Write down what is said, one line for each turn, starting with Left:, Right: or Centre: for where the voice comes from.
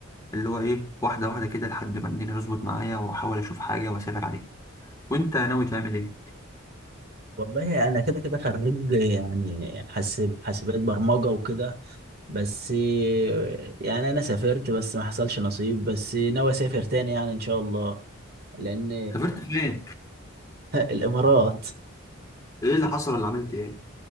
Left: اللي هو ايه واحده واحده كده لحد ما الدنيا تظبط معايا واحاول اشوف حاجه واسافر عليها وانت ناوي تعمل ايه
Right: والله انا كده كده خريج يعني حاسب حاسبات برمجه وكده بس يعني انا سافرت بس ما حصلش نصيب بس ناوي اسافر تاني يعني ان شاء الله لان
Left: سافرت فين
Right: <laughs> الامارات
Left: ايه اللي حصل ولا عملت ايه؟